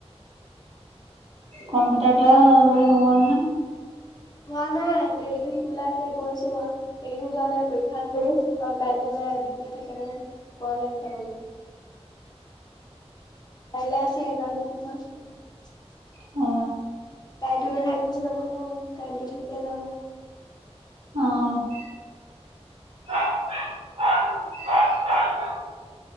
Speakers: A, on the right; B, on the left.
A: কম্পিউটাৰ ক্লাছ কৰি হ'ব নহয়
B: হোৱা নাই তেলিটো শিকিবলৈ আছে গৈ আছো বাও সেইকেইদিন যোৱা নাই পৰীক্ষা আছে যে আৰু কাইলে নাই <unintelligible> সেইকাৰণে কৰলে আৰু যাবলৈ কাইলে আছে জানো কি হয় <inaudible>
A: অ
B: কাইনটো নাথাকিলে যাব নোৱাওং কাইনটো থাকিলে যাব
A: আহ